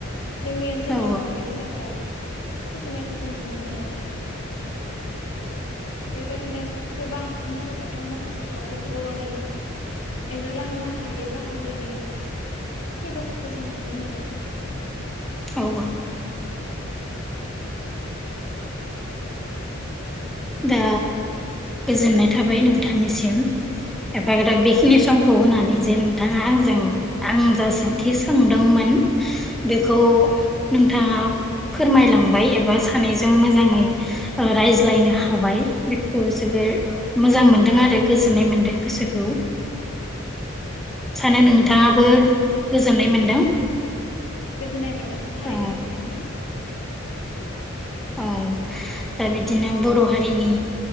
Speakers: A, on the left; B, in the centre.
A: जोंनि ओनसोलावबो
B: औ
A: बे फुजाखौ फुजिनायखौ जों नुनो मोनो बेबायदिनो गोबां मख'जाथाव मख'जाथावफोर बर'नि एंगारलांनो हायै बाहागोनि फोरबोफोरखौ जों नुनो मोनो।
B: औ औ। दा गोजोननाय थाबाय नोंथांनिसिम। एफाग्राब बेखिनि
A: औ
B: समखौ होनानै जे नोंथाङा आंजों आं जा सोंथि सोंदोंमोन बेखौ औ औ नोंथाङा फोरमायलांबाय एबा सानैजों मोजाङै रायज्लायनो खबाय जोबोर
A: औ
B: मोजां मोनदों आरो। गोजोननाय मोनदों गोसोखौ। सानो नोंथाङाबो
A: औ औ
B: गोजोननाय मोनदों
A: गोजोननाय मोनदों थारैनो
B: औ
A: गोजोननाय मोनो
B: औ दा बिदिनो बर' हारिनि